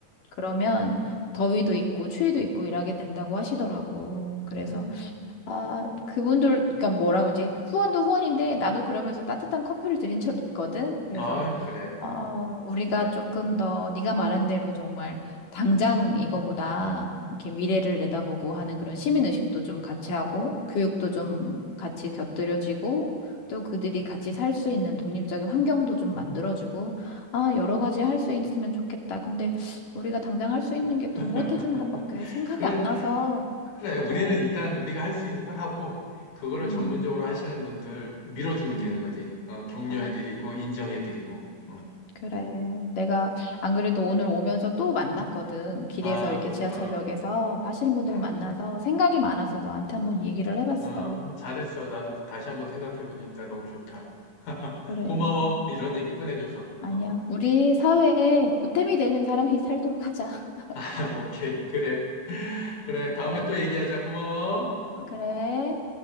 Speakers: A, on the left (about 50°); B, on the left (about 75°).
A: 그러면 더위도 있고 추위도 있고 일하게 된다고 하시더라고. 그래서
B: 음.
A: 아, 그분들, 그러니까 뭐라 그러지? 후원도 후원인데, 나도 그러면서 따뜻한 커피를 드린 적이 있거든. 그래서,
B: 아, 그래.
A: 어, 우리가
B: 좋네.
A: 조금 더, 네가 말한 대로 정말, 당장 이거보다, 이렇게 미래를 내다보고 하는 그런 시민의식도 좀 같이 하고, 교육도 좀 같이 곁들여지고, 또 그들이 같이 살 수 있는 독립적인 환경도 좀 만들어주고, 아, 여러 가지 할 수 있으면 좋겠다. 근데, 우리가 당장 할 수 있는 게
B: <laughs>
A: 돈 보태주는 것밖에 생각이
B: 그래,
A: 안 나서,
B: 그래. 우리는
A: 어,
B: 일단 우리가 할 수 있는 걸 하고, 그거를
A: 음.
B: 전문적으로 하시는 분들 밀어주면
A: 음.
B: 되는 거지. 어, 격려해드리고,
A: 아,
B: 인정해드리고. 응.
A: 그래. 내가 안 그래도 오늘 오면서 또 만났거든. 길에서
B: 아,
A: 이렇게
B: 그렇구나.
A: 지하철역에서 하시는 분들을
B: 응,
A: 만나서 생각이 많아서 너한테 한번 얘기를 해봤어.
B: 아, 잘했어. 나도 다시 한번 생각해보니까 너무 좋다. <laughs>
A: 그래.
B: 고마워. 이런
A: 아,
B: 얘기 꺼내줘서.
A: 아니야.
B: 어.
A: 우리 사회에 보탬이 되는 사람이 살도록 하자. <laughs>
B: <laughs> 오케이, 그래. <laughs> 그래, 다음에
A: 그래.
B: 또 얘기하자. 고마워.
A: 그래.